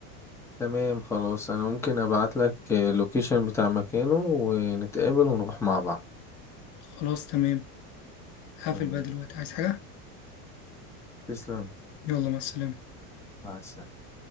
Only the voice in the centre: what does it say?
تمام خلاص انا ممكن ابعت لك اللوكيشن بتاع مكانه ونتقابل ونروح مع بعض
تمام
تسلم
مع السلامة